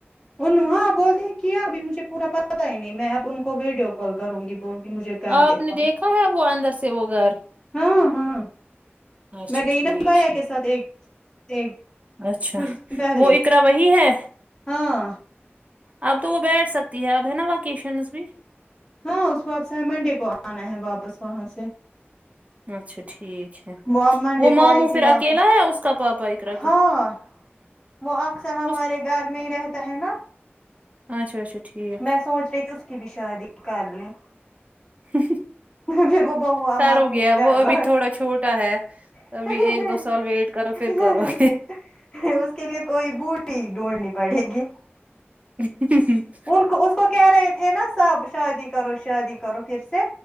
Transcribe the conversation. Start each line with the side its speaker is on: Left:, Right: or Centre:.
Left: ان ہاں بولتے ہیں کیا اب مجھے پورا پتا ہی نہیں میں اب ان کو ویڈیو کال کروں گی بول گی مجھے گھر
Right: آپ
Left: دکھاؤ
Right: نے دیکھا ہے وہ اندر سے وہ گھر
Left: ہاں ہاں
Right: اچھا
Left: میں گئی
Right: ٹھیک
Left: نا بیا
Right: ہے
Left: کے ساتھ ایک ایک
Right: اچھا
Left: کچھ دن پہلے
Right: وہ اقرا وہی ہے
Left: ہاں
Right: اب تو وہ بیٹھ سکتی ہے اب ہے نا وکیشنز بھی
Left: ہاں اس کو آپ سے منڈے کو آنا ہے واپس وہاں سے
Right: اچھا ٹھیک ہے
Left: اب منڈے
Right: وہ
Left: کو
Right: ماموں
Left: آئے
Right: پھر
Left: گی واپس
Right: اکیلا ہے اس کا پاپا اقرأ
Left: ہاں
Right: کا
Left: وہ اکثر ہمارے
Right: اس
Left: گھر میں ہی رہتا ہے نا
Right: اچھا اچھا ٹھیک
Left: میں سوچ رہی تھی اس کی بھی شادی کر لیں
Right: ہ
Left: پھر وہ بہو ہم
Right: پر
Left: اپنے
Right: ھوگیا
Left: گھر
Right: وہ ابھی تھودہ چھوٹا ہے
Left: لائیں
Right: ابھی ایک دو سال ویٹ کرو فر
Left: اس
Right: کروگی
Left: لیے کوئی بوٹی ڈھونڈنی پڑے گی
Right: ہ ہ
Left: ان کو اس کو کہہ رہے تھے نا سب شادی کرو شادی کرو پھر سے